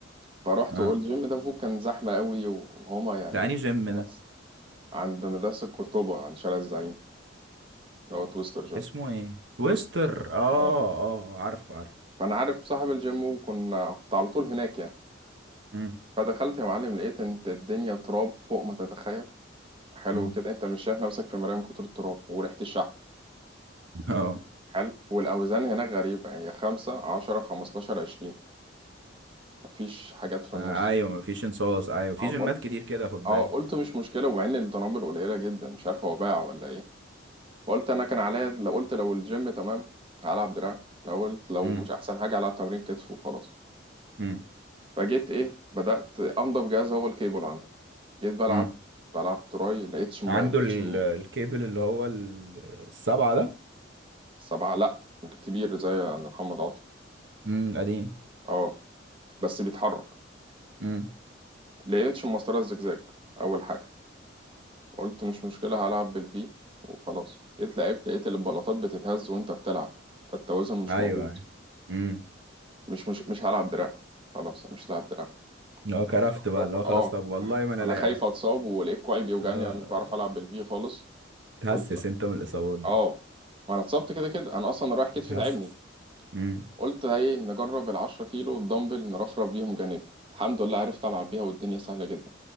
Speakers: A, on the right; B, on the right.
A: فرحت
B: اه
A: وقلت الجيم ده المفروض كان زحمة قوي وهما يعني
B: ده انهي جيم
A: ناس
B: ده
A: عند مدرسة قرطبة عند شارع الزعيم اللي هو تويستر جيم
B: اسمه ايه تويستر
A: تويستر
B: اه
A: اه
B: اه عارفه عارفه
A: فأنا عارف صاحب الجيم وكنا كنت على طول هناك يعني
B: امم
A: فدخلت يا معلم لقيت انت الدنيا تراب فوق ما تتخيل حلو
B: امم
A: كده انت مش شايف نفسك في مراية من كتر التراب وريحة الشحم
B: <laughs> اه
A: حلو والأوزان هناك غريبة هي خمسة عشرة خمستاشر عشرين مفيش حاجات في
B: آه،
A: النص
B: ايوه مفيش انصاص ايوه في
A: اه
B: جيمات
A: قلت
B: كتير كده خد
A: اه
B: بالك
A: قلت مش مشكلة ومع إن الدنابل قليلة جدا مش عارف هو باع ولا إيه وقلت أنا كان عليا لو قلت لو الجيم تمام هلعب دراع لو قلت لو
B: امم
A: مش أحسن حاجة هلعب تمرين كتف وخلاص
B: امم
A: فجيت إيه بدأت أنضف جهاز هو الكيبل عنده جيت بلعب
B: امم
A: بلعب تراي لقيتش ما
B: عنده
A: لقيتش
B: ال-
A: م-
B: الكيبل اللي هو ال- السبعة ده
A: سبعة لأ الكبير زي عند محمد عاطف
B: امم القديم
A: اه بس بيتحرك
B: امم
A: لقيتش المسطرة الزجزاج أول حاجة قلت مش مشكلة هلعب بالفي وخلاص جيت لعبت لقيت البلاطات بتتهز وانت بتلعب فالتوازن مش
B: ايوه
A: موجود
B: ايوه امم
A: مش مش مش هلعب دراع خلاص أنا مش لاعب دراع
B: هو
A: لعبت
B: كرفت
A: رفرفة
B: بقى اللي هو خلاص
A: اه
B: طب والله ما انا
A: انا
B: لاعب
A: خايف اتصاب ولقيت كوعي بيوجعني
B: اه
A: انا مش بعرف العب بالفي خالص
B: تحسس
A: قلت لا
B: انت من الاصابات دي
A: اه ما انا اتصبت كده كده انا اصلا رايح كتفي
B: بتحسس
A: تعبني
B: امم
A: قلت ايه نجرب ال 10 كيلو والدمبل نرفرف بيهم جانبي الحمد لله عرفت العب بيها والدنيا سهله جدا